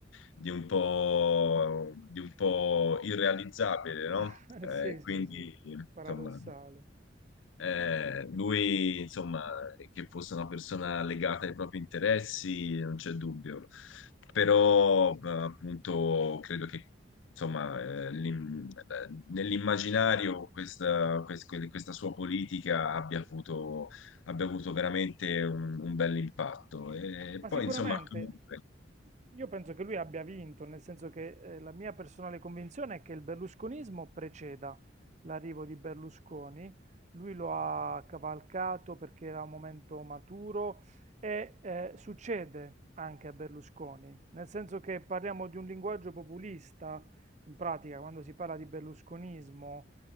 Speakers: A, on the left; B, on the right.
A: di un po', di un po' irrealizzabile, no?
B: <laughs>
A: Eh,
B: Sì, sì,
A: quindi
B: sì, paradossale.
A: insomma. Eh, lui, insomma, che fosse una persona legata ai propri interessi, non c'è dubbio. Però, eh, appunto, credo che, insomma, eh, l'im- eh, nell'immaginario questa, quest- que- questa sua politica abbia avuto, abbia avuto veramente un, un bel impatto. E
B: Ma
A: poi,
B: sicuramente
A: insomma, comunque.
B: io penso che lui abbia vinto, nel senso che eh, la mia personale convinzione è che il berlusconismo preceda l'arrivo di Berlusconi. Lui lo ha cavalcato perché era un momento maturo e eh, succede anche a Berlusconi, nel senso che parliamo di un linguaggio populista, in pratica, quando si parla di berlusconismo,